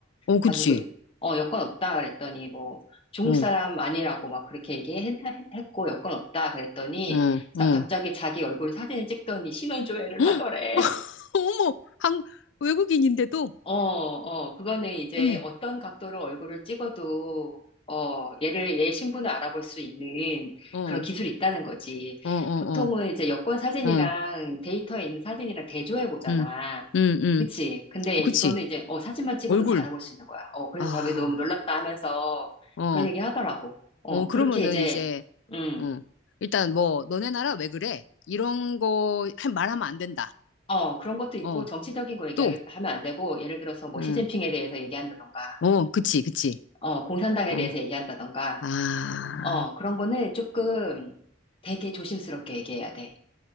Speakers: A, on the left; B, on the left.
A: 어, 그치.
B: 가지고 어, 여권 없다 그랬더니 뭐 중국
A: 어,
B: 사람
A: 어,
B: 아니라고 막 그렇게 얘기했고 여권 없다 그랬더니
A: 어.
B: 자- 갑자기 자기 얼굴 사진을 찍더니 신원 조회를
A: <gasps> 헉!
B: 하더래.
A: <laughs> 어머, 한, 외국인인데도,
B: 어, 어, 그거는 이제
A: 어머,
B: 어떤 각도로 얼굴을 찍어도, 어, 얘를, 얘 신분을 알아볼 수 있는
A: 어,
B: 그런
A: 어,
B: 기술이 있다는 거지.
A: 어, 어,
B: 보통은
A: 어,
B: 이제 여권 사진이랑
A: 음,
B: 데이터에 있는 사진이랑 대조해 보잖아.
A: 음, 음, 음.
B: 그치? 근데 이거는
A: 그치.
B: 이제, 어, 사진만 찍어도
A: 얼굴.
B: 다 알아볼 수 있는 거야. 어, 그래서
A: 아,
B: 저게 너무 놀랐다 하면서
A: 어,
B: 그런 얘기 하더라고. 어,
A: 어, 그러면은
B: 그렇게 이제,
A: 이제,
B: 음,
A: 어, 일단 뭐, 너네 나라 왜 그래? 이런 거 할- 말하면 안 된다.
B: 어, 그런 것도 있고,
A: 어,
B: 정치적인 거 얘기하면
A: 또,
B: 안 되고, 예를 들어서 뭐
A: 음.
B: 시진핑에 대해서 얘기한다던가,
A: 어, 그치, 그치.
B: 어, 공산당에
A: 어,
B: 대해서 얘기한다던가,
A: 아,
B: 어, 그런 거는 조금 되게 조심스럽게 얘기해야 돼.